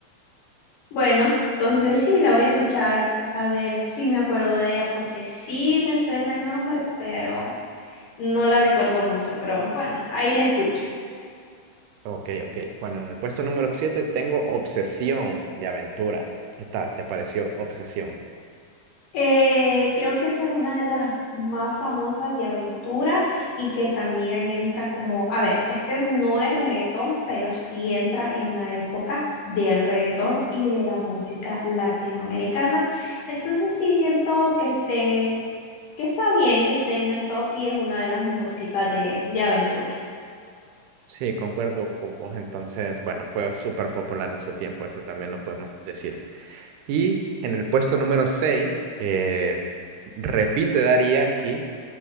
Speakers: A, on the left; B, on the right.
A: Bueno, entonces sí, la voy a escuchar a ver si me acuerdo de ella, porque sí me suena el nombre, pero no la recuerdo mucho. Pero bueno, ahí la escucho.
B: Ok, ok. Bueno, en el puesto número 7 tengo Obsesión de Aventura. ¿Qué tal? ¿Te pareció Obsesión?
A: Eh, creo que esa es una de las más famosas de aventura y que también entra como, a ver, este no es reggaetón, pero sí entra en la época del reggaetón y de la música latinoamericana. Entonces sí siento que esté, que está bien que esté en el top y es una de las mejorcitas de, de aventura.
B: Sí, concuerdo con vos. Entonces, bueno, fue súper popular en su tiempo, eso también lo podemos decir. Y en el puesto número 6 eh, repite Daddy Yankee